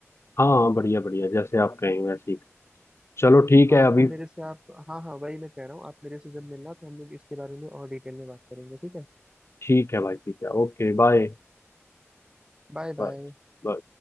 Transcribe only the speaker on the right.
हाँ
तो मेरे से आप हाँ हाँ वही मैं कह रहा हूँ आप मेरे से जब मिलना तो हम लोग इसके बारे में और डिटेल में बात करेंगे ठीक है
Bye
bye